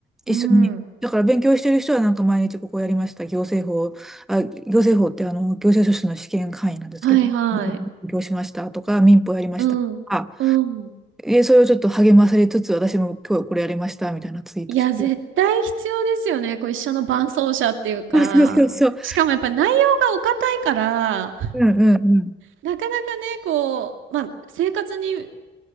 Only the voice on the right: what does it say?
うん。
はいはい。
うん。うん。
いや、絶対必要ですよね。こう一緒の伴走者っていうか。
しかもやっぱり内容がお堅いから、
なかなかね、こう、まあ、生活に